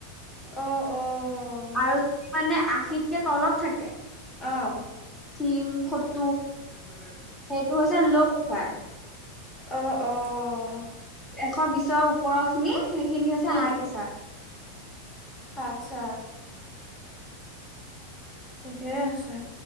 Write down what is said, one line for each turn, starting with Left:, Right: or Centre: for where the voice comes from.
Left: অহ, অহ।
Centre: আৰু যদি মানে আশীতকে তলত থাকে।
Left: অ'।
Centre: টিন শত
Left: টো, হে
Centre: সেইটো হৈছে ল, পেচাৰ
Left: অ', অ'।
Centre: এশ বিছৰ ওপৰৰ খিনি সেইখিনি হৈছে
Left: উম
Centre: আই প্ৰেছাৰ
Left: আচ্ছা ঠিকেই আছে।